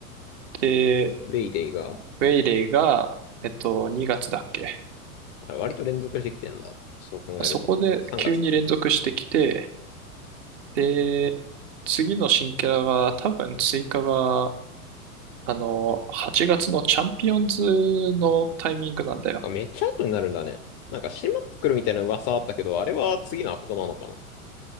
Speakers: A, on the right (about 50°); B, on the left (about 30°).
A: う。
B: ウェイデイが、
A: ウェイレイが、えっと、2月だっけ
B: あれ割と連続してきてんだ。そう考えると。
A: そこで急に連続してきて、
B: 3月か。
A: で、次の新キャラが多分追加が、あの、8月のチャンピオンズのタイミングなんだよ。
B: あ、めっちゃ後になるんだね。なんか、閉まってくるみたいな噂あったけど、あれは次のアクトなのかな。